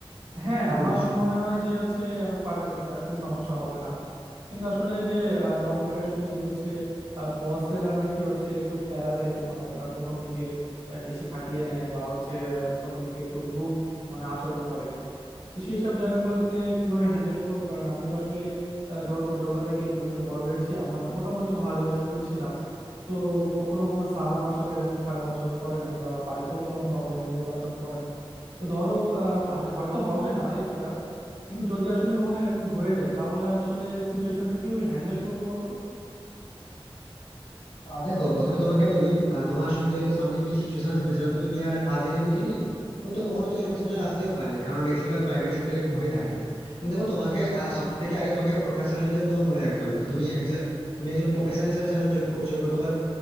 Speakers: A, on the right (about 80°); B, on the left (about 75°).
A: হ্যাঁ
B: অন্য
A: আমার
B: কিছু
A: মনে হয় যে হচ্ছে আমি পারবো সেটা কোনো সমস্যা হবে না কিন্তু আসলে এই যে আহ, অনেক জায়গায় শুনি যে হচ্ছে বসেরা নাকি হচ্ছে একটু প্যারা দেয় তোমার আহ, প্রথম দিকে আহ, বেশি খাটিয়ে নেয় বা হচ্ছে আহ, প্রথম দিকে একটু রুড মানে আচরণ করে তো সেই সব জায়গাগুলোতে কিভাবে হ্যান্ডেল করবো কারণ আমি তো আসলে আহ, ধরো ছোটবেলা থেকে এই পর্যন্ত বড় হয়েছি আমার মোটামুটি ভালো স্টুডেন্ট ছিলাম তো কখনো কোনো স্যার আমার সাথে এরকম খারাপ আচরণ করে নাই বা বাড়িতেও তো আমার বাবা মা এভাবে আচরণ করে না তো ধরো আহ, আস- হয়তো হবে না এটা কিন্তু যদি আসলে কখনো এরকম হয়ে যায় তাহলে আসলে সিচুয়েশনটা কিভাবে হ্যান্ডেল করবো বলো তো
B: আহ, দেখো প্রথমে তোমাকে বলি আহ, তোমার সঙ্গে হয়তো সামনে কি সিচুয়েশন আসবে সেটা তো তুমি আর আহ, জেনে বুঝে নেই হয়তো কখনো তো এরকম সিচুয়েশন আসতেও পারে কারণ বেশিরভাগ প্রাইভেট সেক্টর এরকম হয়ে থাকে কিন্তু দেখো তোমাকে সব থেকে আগে তোমাকে প্রফেশনালিজম তোমার মনে রাখতে হবে যে তুমি একজন তুমি একজন প্রফেশন হিসেবে সেখানে জয়েন করছো এবং তোমার